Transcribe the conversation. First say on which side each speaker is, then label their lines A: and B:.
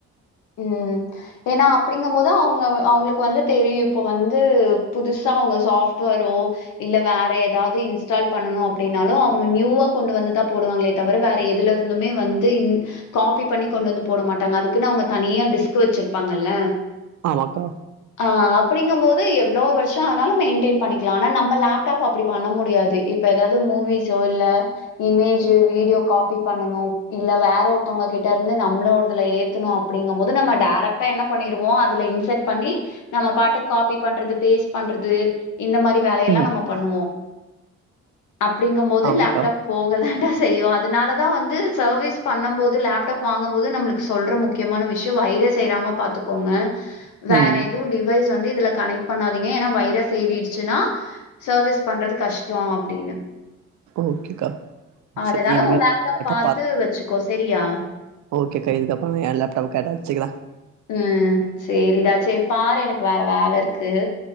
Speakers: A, on the left (about 80°); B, on the right (about 65°).
A: ம். ஏன்னா அப்டிங்கம்போது அவுங்க அவுங்களுக்கு வந்து தெரியு இப்போ வந்து புதுசா அவுங்க சாஃப்ட்டுவோறோ இல்ல வேற ஏதாவது இன்ஸ்டால் பண்ணணு அப்டின்னாலு அவுங்க நியூவா கொண்டு வந்துதா போடுவாங்களே தவர வேற எதுல இருந்துமே வந்து இந் காபி பண்ணி கொண்டு வந்து போட மாட்டாங்க அதுக்குன்னு அவுங்க தனியா டிஸ்க் வச்சிருப்பாங்கல்ல
B: ஆமாக்கா
A: ஆ அப்படிங்கபோது எவ்ளோ வருஷ ஆனலு மெயின்டென் பண்ணிக்கலா ஆனா நம்ம லேப் ட்டாப்ப அப்டி பண்ண முடியாது இப்ப ஏதாவது மூவிஸோ இல்ல இமேஜு வீடியோ காபி பண்ணனு இல்ல வேற ஒருத்தவங்க கிட்ட இருந்து நம்ளோ அதுல ஏத்தணு அப்டிங்கும் போது நம்ம டைரட்டா என்ன பண்ணிருவோ அதுல இன்செட் பண்ணி நம்ம பாட்டுக் காபி பண்றது பேஸ்ட் பண்றது இந்த மாரி வேலையெல்லா
B: ம்
A: நம்ம பண்ணுவோ அப்டிங்கம் போது
B: ஆமாக்கா
A: லேப்டாப் போகதாண்டா செய்யும் அதனால தா வந்து சர்வீஸ் பண்ணம் போது லேப்டாப் வாங்கம் போது நம்மளுக்கு சொல்ற முக்கிய முக்கியமான விஷ்யோ வைரஸ் ஏறாமா பாத்துக்கோங்க வேற
B: ம்
A: எதுவு டிவை வைஸ் வந்து இதுல கனெக்ட் பண்ணாதீங்க ஏன்னா வைரஸ் ஏறிடுச்சுன்னா சர்வீஸ் பண்றது கஷ்டோ அப்டின்னு
B: ஓகேக்கா
A: அதனால
B: சரி இனிமே
A: உ லேப்டாப்
B: கரெக்டா
A: பாத்து வச்சுக்கோ சரியா
B: ஓகே கா இதுக்கப்ரோ எ லேப்டாப் கரெட் டா வசிக்கிற
A: உம் சேரிடா செரி பாரு எனக்கு வேற வேல ர்க்கு